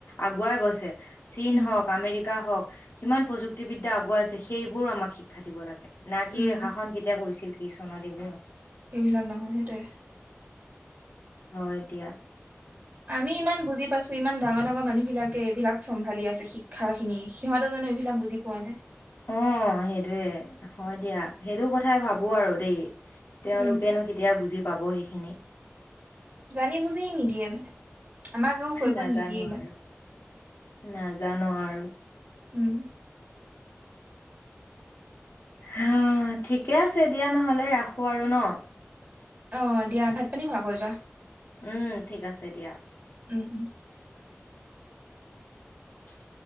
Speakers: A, on the left; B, on the right.
A: আগুৱাই গৈছে চীন
B: উম
A: হওক মেকা হওক কিমান প্ৰযুক্তিবিদ্যা আগুৱাইছে সেইবোৰো আমাক শিক্ষা দিব লাগে না কি
B: উম
A: শাসন কেতিয়া কৰিছিল কি চনৰ দিব
B: এই বিলাক নহয় হেতুৱে
A: অ এতিয়া
B: আমি ইমান বুজি পাইছো ইমান ডাঙৰ তেনেকুৱা মানুহ বিলাকে এইবিলাক চম্ভালি আছে শিক্ষা খিনি সিহতে জানো এইবিলাক বুজি পোৱা নাই
A: অ সেইটোৱে হয় দিয়া সেইটো কথাই ভাবো আৰু দেই তেওঁলোকেনো
B: উম
A: কেতিয়া বুজি পাব সেই খিনি
B: জানি বুজি নিদিয়ে মানে আমাকেও কৰিব
A: নাজানো
B: নিদিয়ে মানে
A: আৰু নাজানো আৰু
B: উম
A: হা ঠিক ঠিকে আছে দিয়া নহলে ৰাখোঁ আৰু ন
B: অ দিয়া ভাত পানী খোৱা গৈ যোৱা
A: উম ঠিক আছে দিয়া
B: উম উম
A: হম